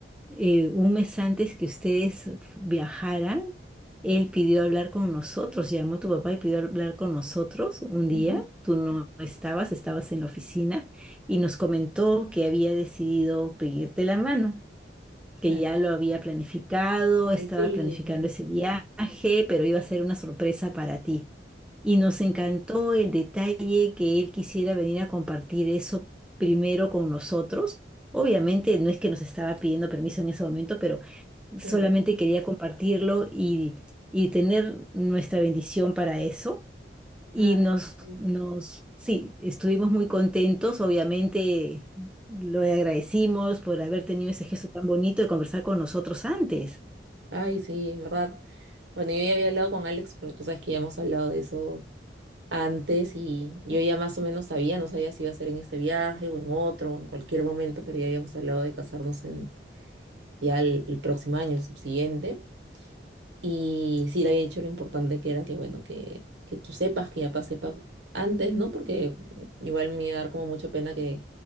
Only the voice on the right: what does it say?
Ujú.
Claro,
ay, qué lindo,
claro.
Ay,
sí,
Ay, sí, en verdad. Bueno, yo ya había hablado con Alex, porque tú sabes que ya hemos hablado de eso antes y yo ya más o menos sabía, no sabía si iba a ser en este viaje o en otro o en cualquier momento, pero ya habíamos hablado de casarnos en ya el, el próximo año, el subsiguiente. Y sí le había dicho lo importante que era que, bueno, que, que tú sepas, que ya sepa antes, ¿no? Porque igual me iba a dar como mucha pena que,